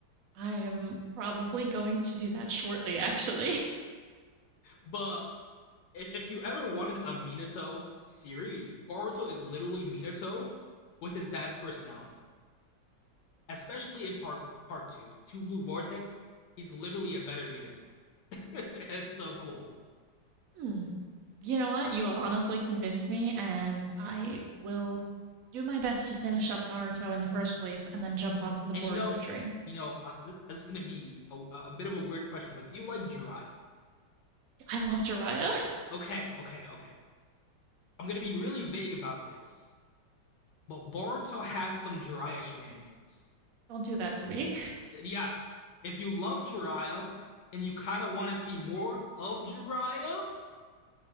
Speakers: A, on the right; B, on the left.
A: I am probably going to do that shortly, actually. <laughs>
B: But if, if you ever wanted a Minato series, Boruto is literally Minato with his dad's personality, especially in part part two, two blue vortex. He's literally a better Minato. <laughs> it's so cool.
A: Hmm. You know what? You have honestly convinced me, and I will do my best to finish up Naruto in the first place and then jump onto the
B: And
A: Boruto
B: you know,
A: train.
B: you know, uh, this is gonna be a, a bit of a weird question, but do you like Jiraiya?
A: I love Jiraiya.
B: Okay, okay, okay. I'm gonna be really vague about this, but Boruto has some Jiraiya shenanigans.
A: <laughs> Don't do that to me,
B: Yes, if you love Jiraiya and you kind of want to see more of Jiraiya,